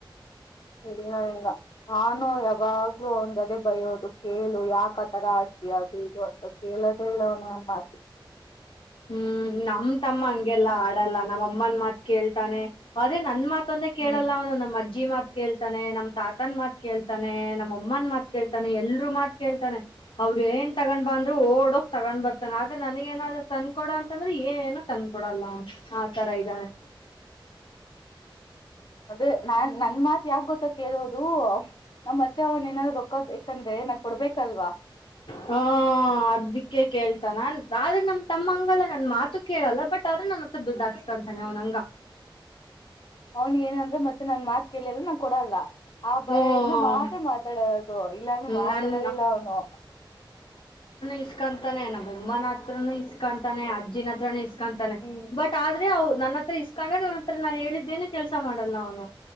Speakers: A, on the left (about 60°); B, on the left (about 80°).
A: ಇಲ್ಲ ಈಗ ನಾನು ಯಾವಾಗ್ಲೂ ಅವನ್ಗದೆ ಬಯೋದು ಕೇಳು ಯಾಕ ಆತರ ಆಡ್ತೀಯ ಅದು ಇದು ಅಂತ ಕೇಳದೇ ಇಲ್ಲ ಅವನೇ ಒಂದ್ ಮಾತು
B: ಹ ಹ್ಮ್ ನಮ್ ತಮ್ಮ ಹಂಗೆಲ್ಲಾ ಆಡಲ್ಲ ನಮ್ಮ ಅಮ್ಮನ್ ಮಾತ್ ಕೇಳ್ತಾನೆ ಅದೇ ನನ್ ಮಾತ್ ಮತ್ತೊಂದೆ ಕೇಳಲ್ಲ
A: ಹ್ಮ್
B: ಅವನು ನಮ್ಮಜ್ಜಿ ಮಾತ್ರ ಕೇಳ್ತಾನೆ ನಮ್ ತಾತನ್ ಮಾತ್ ಕೇಳ್ತಾನೆ ನಮ್ ಅಮ್ಮನ್ ಮಾತ್ ಕೇಳ್ತಾನೆ ಎಲ್ರುೂ ಮಾತ್ ಕೇಳ್ತಾನೆ ಅವ ಅವರು ಏನ್ ತಗ್ ಬಂದ್ರರು ಓಡೋಗ ತಗ್ ಬರ್ತಾನ ಆದ್ರೆ ನನಗ ಏನಾದ್ ತಂದಕೊಡ ಅಂತಂದ್ರೆ ಏ ಏನು ತಂದಕೊಡಲ್ಲ ಆ ತರ ಇದ್ದಾನೆ ಹ
A: ಅದೇ ನಾನ್ ನನ್ ಮಾತ್ ಯಾಕ ಗೊತ್ತ ಕೇಳೋದು ನಮ್ಮ್ ಮತ್ತೆ ಅವನ್ ಏನಾದ್ರು ರೊಕ್ಕ ಬೇಕಂದ್ರೆ ಕೊಡ್ಬೇಕಲ್ವಾ
B: ಹ ಹ ಅದಕ್ಕೆ ಕೇಳ್ತಾನಾನ್ ಆದ್ರೆ ನಮ ತಮ್ಮ ಹಂಗಲ್ಲ ನನ್ ಮಾತು ಕೇಳಲ್ಲ ಬಟ್ ಆದ್ರೆ ಮತ್ತ ದುಡ್ ಹಾಕ್ಸ್ಕೊಂತಾನೆ ಅವನಂಗ
A: ಅವ್ನ್ಗ ಏನ ಅಂದ್ರೆ ಮತ್ತೆ ನಾನ್ ಮಾತ್ ಕೇಳಿಲ್ಲ ನಾನ್ ಕೊಡ ಅಲ್ಲ ಆ ಭಯ
B: ಹ್ಮ
A: ಇಿಂದ ಮಾತ್ರ ಮಾತಾಡೋದು ಇಲ್ಲಾಂದ್ರೆ ಮಾತಾಡೋದಿಲ್ಲ
B: ನನ್
A: ಅವನು
B: ಇಸ್ಕೊಂತಾನೆನ ಅಮ್ಮನ ಹತ್ರನು ಇಸ್ಕೊಂತಾನೆ ಅಜ್ಜಿನ ಹತ್ರನು ಇಸ್ಕೊಂತಾನೆ
A: ಹ್ಮ್
B: ಬಟ್ ಆದ್ರೆ ಅವರು ನನ್ನ ಹತ್ರ ಇಸ್ಕೊಂಡ್ರೆ ಅವನ ಹತ್ರ ನಾನು ಹೇಳಿದ್ದೇನು ಕೆಲ್ಸ ಮಾಡಲ್ಲ ಅವ್ನು